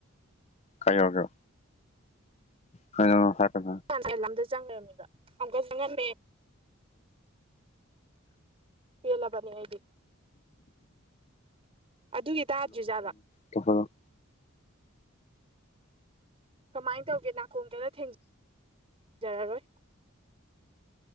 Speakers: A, on the left; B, on the right.
A: ꯀꯥꯏꯌꯧꯔꯒ꯭ꯌꯣ ꯈꯥꯏꯌꯧꯔ <unintelligible>
B: ꯄꯥꯟ ꯁꯌꯦ ꯂꯝꯗꯨ ꯆꯪ ꯂꯩꯔꯝꯃꯤꯕ ꯑꯃꯨꯛꯀꯁꯨ ꯆꯪꯉꯝꯃꯦ ꯄꯦꯜꯂꯕꯥꯅꯤ ꯑꯩꯗꯤ ꯑꯗꯨꯒꯤ ꯇꯥꯗ꯭ꯔꯤꯖꯥꯠꯂ
A: ꯄꯐꯦꯂꯣ
B: ꯀꯃꯥꯏꯟ ꯇꯧꯒꯦ ꯅꯥꯀꯣꯡꯖꯗ ꯊꯦꯡꯖ ꯖꯔꯔꯣꯏ